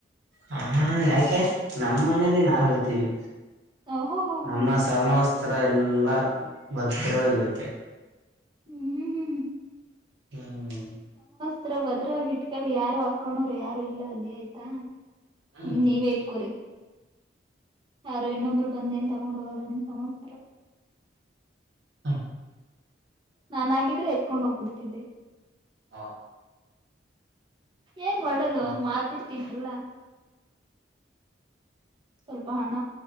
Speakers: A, on the right; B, on the right.
A: ಹಾ ಯಾಕೆ ನಮ್ಮ ಮನೇಲಿ ನಾವ್ ಇರ್ತೀವಿ
B: ಓಹೋ ಹೋ ಹೋ
A: ನಮ್ಮ
B: ಹೋ.
A: ಸಮ ಸರ ಎಲ್ಲಾ ಭದಕ್ರವಾಗಿರುತ್ತೆ
B: ಹ್ಮ್ ಹ್ಮ್ ಹ್ಮ್ ಹ್ಮ್
A: ಹ್ಮ್
B: ಹತ್ರ ಭದ್ರವಾಗಿ ಇಟ್ಕಿ ಯಾರು ಅಕ್ಕೊಂಡೋರು ಯಾರು ಇಲ್ಲ ಅಲ್ಲಿ ಆಯ್ತಾ
A: ಹ್ಮ್
B: ನಿಮ್ ನೀವ ಇಟ್ಕರಿ ಯಾರೋ ಇನ್ನೊಬ್ಬರು ಬಂದೇನ್ ತಗೊಂಡು ಹೋಗಲ್ಲ ನಿಮ್ಮ ಸಮಸ್ತ್ರ
A: ಹಾ
B: ನಾನಾಗಿದ್ರೆ ಎತ್ಕೊಂಡ್ ಹೋಗ್ಬಿಡ್ತಿದ್ದೆ
A: ಹಾ.
B: ಏನ್ ಮಾಡೋದು
A: ಕೊಡ್ತೀರಾ
B: ಮಾರ್ಬಿಡ್ತನಲ್ಲ. ಸ್ವಲ್ಪ ಹಣ